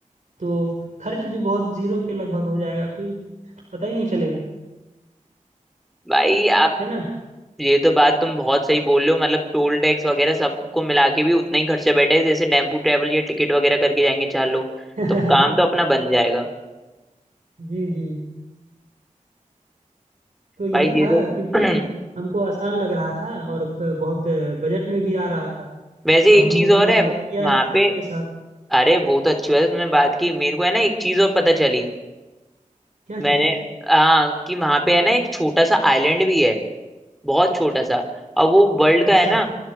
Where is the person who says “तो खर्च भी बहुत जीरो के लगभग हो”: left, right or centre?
Right